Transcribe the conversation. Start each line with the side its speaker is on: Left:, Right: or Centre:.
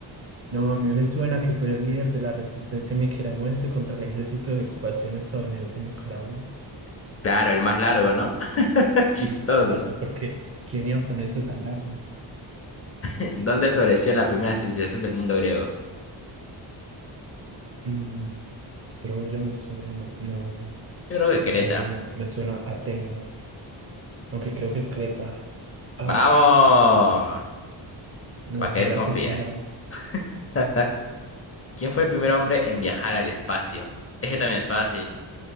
Right: No, a mí me suena que fue el líder de la resistencia nicaragüense contra el ejército de ocupación estadounidense en Nicaragua.
Left: Claro, el más largo, ¿no? <laughs> Chistoso.
Right: Claro, porque ¿quién iba a poner eso tan largo?
Left: <laughs> ¿Dónde floreció la primera civilización del mundo griego?
Right: Mm, Troya me suena. No,
Left: Yo creo que Creta.
Right: Troya no. Me suena Atenas, aunque creo que es Creta. Ah,
Left: ¡Vamos!
Right: no,
Left: ¿Para
Right: te
Left: qué desconfías?
Right: hubiera copiado.
Left: <laughs> ¿Quién fue el primer hombre en viajar al espacio? Ese también es fácil,